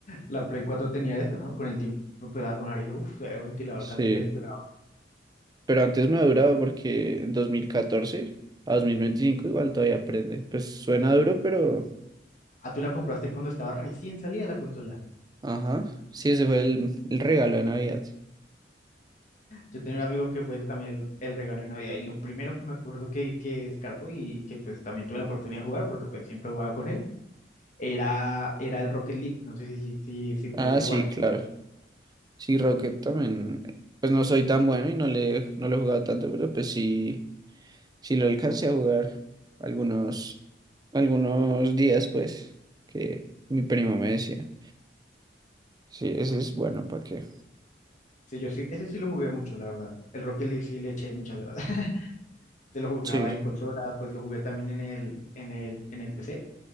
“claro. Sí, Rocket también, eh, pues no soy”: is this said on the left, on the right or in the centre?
Right